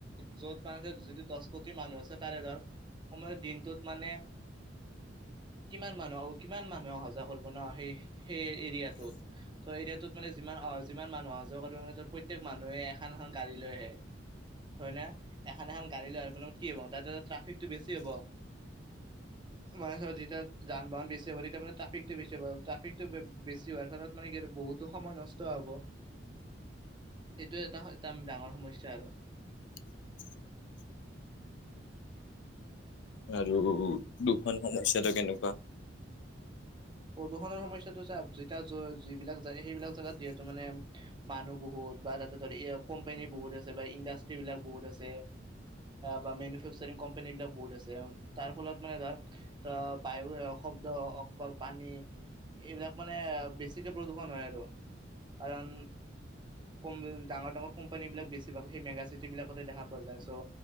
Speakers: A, on the right; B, on the left.
A: য'ত মান যটো দহ কোটি মানুহ আছে তাৰে ধৰ সময়ৰ দিনটোত মানে <inaudible> কিমান মানুহ কিমান মানুহে অহা যোৱা কৰিব ন সেই সেই এৰিয়াটোত ত এৰিয়াটোত মানে যিমান অ যিমান মানুহ অহা যোৱা কৰিব প্ৰত্যেক মানুহে এখন এখন গাড়ী লৈ আহে হয় ন এখন এখন গাড়ী লয় আহিব তাত কি হ'ব ট্ৰফিকটো বেছি হ'ব মানছৰত যেতিয়া যান বাহন বেছি হ তেতিয়া ট্টৈফিকটো বেছি হ ট্ৰাফিকতটো বেছি হোৱাৰ ফলত মানে কি বহুতো সময় নষ্ট হ'ব সেইটোয়ে এটা এটা ডাঙৰ সমস্যা আৰু
B: <inaudible> আৰু দুখন সমস্যাটো কেনেকুৱা
A: প্ৰদূষণৰ সমস্যাটো চা যিবিলাক যায় সেইবিলাক জেগাত যিহেতু মানে <unintelligible> মানুহ বহুত বা তাতে ধৰি কোম্পানী বহুত আছে বা ইণ্ডাষ্ট্ৰ্ৰী বিলাক বহুত আছে বা মেনফেকচাৰিং কোম্পানী বিলাক বহুত আছে তাৰ ফলত মানে ধৰ অ বায়ু শব্দ অক পানী এইবিলাক মানে বেছি প্ৰদূষণ হয় আৰু কাৰণ কম ডাঙৰ ডাঙৰ কোম্পানী বিিলাক বেছিভাগ সেই মেগা চিটিব কোম্পানী বিলাকতে বেছি ভাগ সেই মেগা চিটি বিলাকতে দেখা পোৱা যায় চব